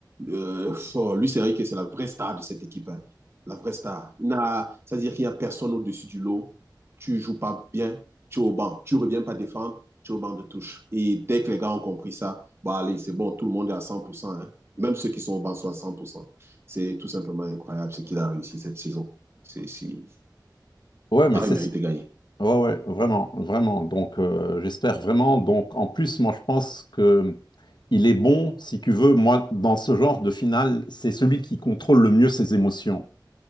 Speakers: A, on the right; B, on the left.
A: Euh, oh, Luis Enrique, c'est la vraie star de cette équipe. hein. La vraie star. Il n'a- C'est-à-dire qu'il n'y a personne au-dessus du lot. Tu joues pas bien, tu es au banc. Tu reviens pas défendre, tu es au banc de touche. Et dès que les gars ont compris ça, bah allez, c'est bon, tout le monde est à 100%. hein. Même ceux qui sont au banc sont à 100%. C'est tout simplement incroyable ce qu'il a réussi cette saison. C'est, c'est...
B: ouais, mais
A: Paris
B: c'est
A: mérite
B: ce-
A: de gagner.
B: ouais, ouais, vraiment, vraiment. Donc, euh, j'espère vraiment. Donc, en plus, moi, je pense que il est bon, si tu veux, moi, dans ce genre de finale, c'est celui qui contrôle le mieux ses émotions.